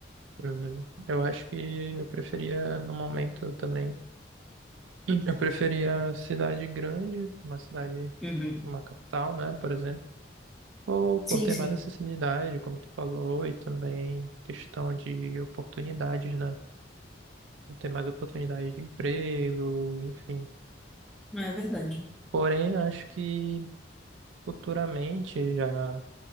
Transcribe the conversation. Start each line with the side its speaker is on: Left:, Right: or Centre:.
Right: Uhum. Eu acho que eu preferia, no momento também, eu preferia cidade grande, uma cidade,
Centre: Uhum.
Right: uma capital, né, por exemplo, ou por
Centre: Sim,
Right: ter
Centre: sim.
Right: mais acessibilidade, como tu falou, e também questão de oportunidades, né, de ter mais oportunidade de emprego, enfim.
Centre: Não, é verdade.
Right: Porém, acho que futuramente já